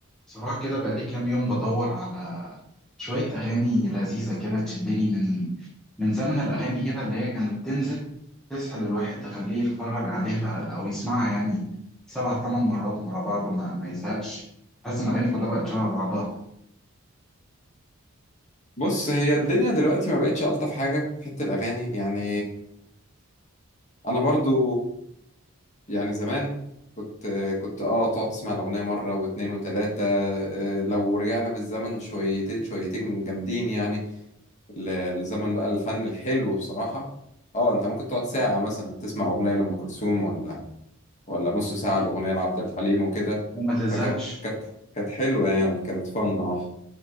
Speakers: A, in the centre; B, on the left.
A: بصراحة كده بقالي كام يوم بدور على شوية أغاني لذيذة كده تشدني من من زمن الأغاني كده اللي هي كانت بتنزل تسحل الواحد تخليه يتفرج عليها أو يسمعها يعني سبع تمن مرات ورا بعض ما, ما يزهقش حاسس إن الأغاني كلها بقت شبه بعضها
B: بص هي الدنيا دلوقتي ما بقتش ألطف حاجة في حتة الأغاني يعني أنا برضو يعني زمان كنت كنت اه تقعد تسمع الأغنية مرة واتنين وتلاتة آه، لو رجعنا بالزمن شويتين شويتين جامدين يعني ل- لزمن بقى الفن الحلو بصراحة اه انت ممكن تقعد ساعة مثلا تسمع أغنية لأم كلثوم ولا ولا نص ساعة مم. الأغنية لعبد الحليم وكده
A: وما تزهقش
B: فكانت كانت كانت حلوة يعني كانت فن اه